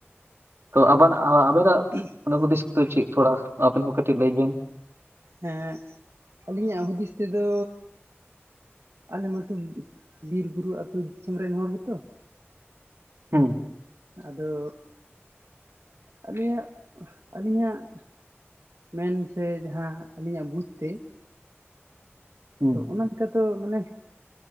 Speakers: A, on the right; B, on the right.
A: ᱛᱚ ᱟᱵᱟᱱ ᱟ ᱟᱵᱮᱱ ᱟᱜ
B: <unintelligible>
A: ᱚᱱᱟ ᱠᱚᱫᱤᱥ ᱫᱚ ᱪᱤᱫ ᱛᱷᱚᱲᱟ ᱟᱵᱮᱱ ᱦᱚᱸ ᱠᱟᱹᱴᱤᱡ ᱞᱟᱹᱭ ᱵᱮᱱ᱾
B: ᱦᱮᱸ ᱟᱹᱞᱤᱧᱟᱜ ᱦᱩᱫᱤᱥ ᱛᱮᱫᱚ ᱟᱞᱮ ᱢᱟᱛᱚ ᱵᱤᱨ ᱵᱩᱨᱩ ᱟᱹᱛᱳ ᱫᱤᱥᱚᱢ ᱨᱮᱱ ᱦᱚᱲ ᱜᱮᱛᱚ᱾
A: ᱦᱩᱸ᱾
B: ᱟᱫᱚ ᱟᱞᱮᱭᱟᱜ ᱟᱹᱞᱤᱧᱟᱜ ᱢᱮᱱ ᱥᱮ ᱡᱟᱦᱟᱸ ᱟᱹᱞᱤᱧᱟᱜ ᱵᱩᱡᱽ ᱛᱮ᱾
A: ᱦᱩᱸ
B: ᱛᱚ ᱚᱱᱟ ᱞᱮᱠᱟᱛᱚ ᱢᱟᱱᱮ